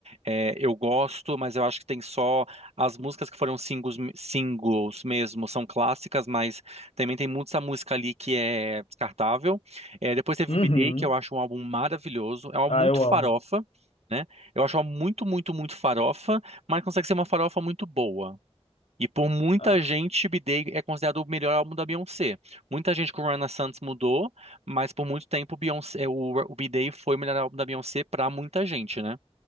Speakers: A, on the right; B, on the left.
A: é, eu gosto, mas eu acho que tem só as músicas que foram singles, singles mesmo, são clássicas, mas também tem muita música ali que é descartável. É, depois teve
B: Uhum.
A: o B-Day, que eu acho um álbum maravilhoso. É um álbum
B: Ah,
A: muito
B: eu amo.
A: farofa, né? Eu acho um álbum muito, muito, muito farofa, mas consegue ser uma farofa muito boa. E por muita
B: Ah,
A: gente, B-Day é considerado o melhor álbum da Beyoncé. Muita gente com Rihanna Santos mudou, mas por muito tempo o Beyoncé, o, o B-Day foi o melhor álbum da Beyoncé pra muita gente, né?